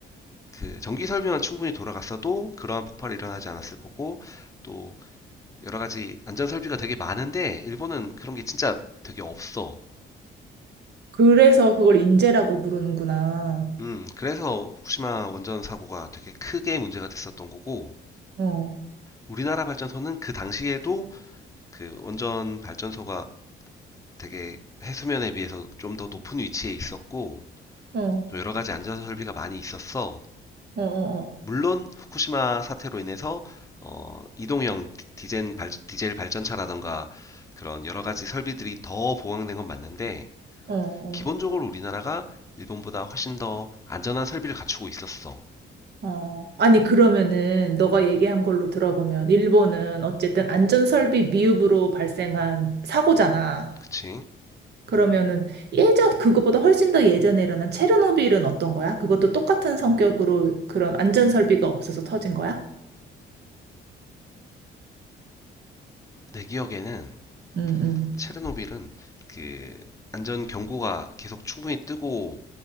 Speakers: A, on the left; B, on the right.
A: 그 전기 설비만 충분히 돌아갔어도 그러한 폭발이 일어나지 않았을 거고 또 여러 가지 안전 설비가 되게 많은데 일본은 그런 게 진짜 되게 없어.
B: 그래서 그걸 인재라고 부르는구나.
A: 음 그래서 후쿠시마 원전 사고가 되게 크게 문제가 됐었던 거고
B: 어,
A: 우리나라 발전소는 그 당시에도 그 원전 발전소가 되게 해수면에 비해서 좀 더 높은 위치에 있었고
B: 어, 어,
A: 또 여러 가지 안전 설비가 많이 있었어.
B: 어, 어,
A: 물론 후쿠시마 사태로 인해서 어, 이동형 디- 젠 발- 디젤 발전차라던가 그런 여러 가지 설비들이 더 보강된 건 맞는데
B: 어, 어.
A: 기본적으로 우리나라가 일본보다 훨씬 더 안전한 설비를 갖추고 있었어.
B: 어, 아니, 그러면은, 너가
A: 음,
B: 얘기한 걸로 들어보면, 일본은 어쨌든 안전설비 미흡으로 발생한 사고잖아.
A: 그치?
B: 그러면은, 예전, 그거보다 훨씬 더 예전에 일어난 체르노빌은 어떤 거야? 그것도 똑같은 성격으로 그런 안전설비가 없어서 터진 거야?
A: 내 기억에는
B: 응, 응,
A: 체르노빌은 그 안전 경고가 계속 충분히 뜨고